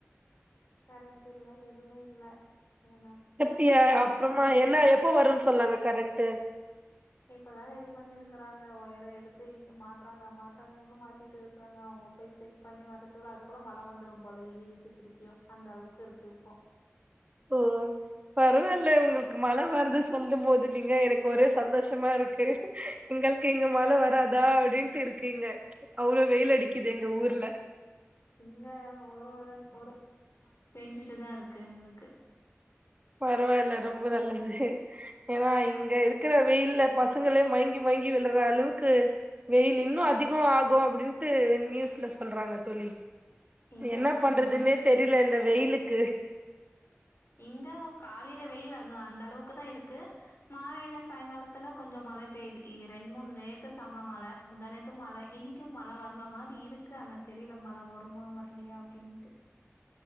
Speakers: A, on the left; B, on the right.
A: கரண்ட் இல்ல எதுமே இல்ல அதனால
B: அப்டியா
A: நீங்க
B: அப்புறமா
A: என்ன சமை
B: என்ன எப்ப வருன்னு சொன்னாங்க கரண்ட்டு
A: இப்பதா ரெடி பண்ணிருக்கறாங்க ஒயர எடுத்து இங்க மாட்றாங்க அ மாட்றாங்க உன்னு மாட்டிட்டு இருக்றாங்க அவங்க போயி செக் பண்ணி வர்றதுக்குள்ள அதுக்குள்ள மழை வந்துரு போல இடி இடிச்சு திருப்பியு அந்த அளவுக் இருக் இப்போ
B: ஓ பரவாயில்ல உங்ளுக்கு
A: ம்
B: மழ வருது சொல்லும் போது நீங்க எனக்கு ஒரே சந்தோஷமா இருக்கு எங்ளுக்கு இங்க மழ வராதா அப்டின்ட்டு இருக் குங்க அவ்ளோ வெயில் அடிக்குது எங்க ஊர்ல
A: இங்க ஒரு ஒரு கொடுத் பேஞ்சுட்டுதா இருக்கு எனக்கு
B: பரவால்ல ரொம்ப நல்லது ஏனா இங்க இருக்கிற வெயில்ல பசங்களே மயங்கி மயங்கி விழுற அளவுக்கு வெயிலு இன்னு அதிகோ ஆகு அப்டின்ட்டு நியூஸ்ல சொல்றாங்க தோழி
A: இங்க
B: என்ன பண்றதுனே
A: ம்
B: தெரிய்ல இந்த வெயிலுக்கு
A: இங்க காலைல வெயிலு அது அந்த அளவுக்கு தா இருக்கு மாலைல சாய்ங்காலத்துல கொஞ்ச மழ பேய்து இ ரெண்டு மூண் நேத்து செம்ம மழ முந்தா நேத்து மழ இன்னைக்கு மழ வர்ற மாரி இருக்கு ஆனா தெரியல மழ வருமா வர்லையா அப்டின்ட்டு